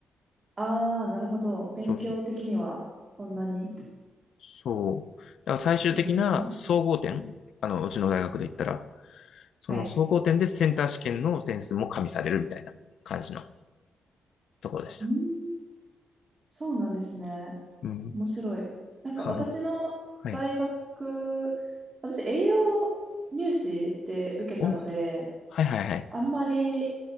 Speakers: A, on the right; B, on the left.
A: ああ、なるほど。勉強的には、
B: そうそう。
A: そんなに。
B: そう。だから最終的な総合点、
A: ええ、
B: あの、うちの大学で言ったら、その総合点でセンター試験の点数も加味されるみたいな感じの
A: はい。
B: ところでした。
A: うん、そうなんですね。
B: うん。
A: 面白い。なんか私の大学、
B: <laughs> はい。
A: 私栄養入試で受けたので、
B: お、はいはいはい。
A: あんまり、